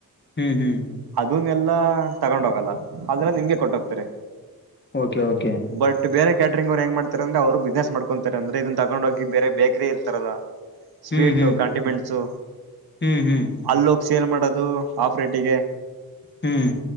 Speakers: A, on the left; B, on the right.
A: ಹ್ಮ್ ಹ್ಮ್
B: ಇವ್ನ್ ಎಲ್ಲಾ ತಗೊಂಡ್ ಹೋಗಲ್ಲ ಆದ್ರೆ ನಿಮ್ಗೆ ಕೊಟ್ಟೋಗ್ತಾರೆ
A: ಓಕೆ ಓಕೆ
B: ಬಟ್ ಬೇರೆ ಕ್ ಕ್ಯಾಟಂಗ್ ಹೆಂಗ್ತಾರೆಂದ್ರ ಅವರು ಬಿಸ್ಸ್ ಮಾಡ್ತಾರೆಂದ್ರೆ ಇದ ಕಕೊಂಡ್ ಹೋಗಿ ಬೇರೆ ಬೇಕ್ರ ಇರ್ತಾರಲ್ಲ ಸ್ವೀಟ್
A: ಹ್ಮ್ ಹ್ಮ್
B: ಕಾಂಟಿಮೆಂಟ್ಸು
A: ಹ್ಮ್ ಹ್ಮ್
B: ಅಲ್ಲ ಹೋಗಿ ಸೇಲ್ ಮಾಡೋದು ಆಫ್ ರೇಟಿಗೆ
A: ಹ್ಮ್